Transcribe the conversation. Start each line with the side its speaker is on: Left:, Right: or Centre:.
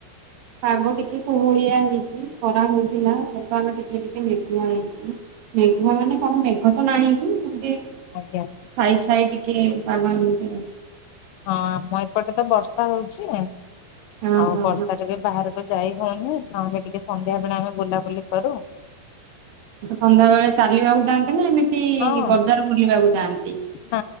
Right: ପାଗ ଟିକେ କୁହୁଳିଆ ହେଇଛି ଖରା ହଇଥିଲା ପବନ ଟିକେ ଟିକେ ହେଇଥି ହେଇଛି। ମେଘା ମାନେ କଣ ମେଘ ତ ନାହିଁ। ଛାଇଛାଇ
Left: ଆଜ୍ଞା ହଁ
Right: ଟିକେ ପାଗ ଏମିତି।
Left: ହଁ ଆମ ଏପଟେ ତ ବର୍ଷା ହଉଛି
Right: ହଁ
Left: ଆଉ
Right: ହଁ ହଁ
Left: ବର୍ଷା ରେ ବି ବାହାର ଯାଇ ହଉନି ନହେଲେ ଟିକେ ସନ୍ଧ୍ୟା ବେଳେ ଆମେ ବୁଲାବୁଲି କରୁ
Right: ତ ସନ୍ଧ୍ୟାବେଳେ ଚାଲିବାକୁ ଯା ନା ଏମିତି
Left: ହଁ
Right: ବଜାର ବୁଲିବାକୁ ଯାଆନ୍ତି।
Left: ନା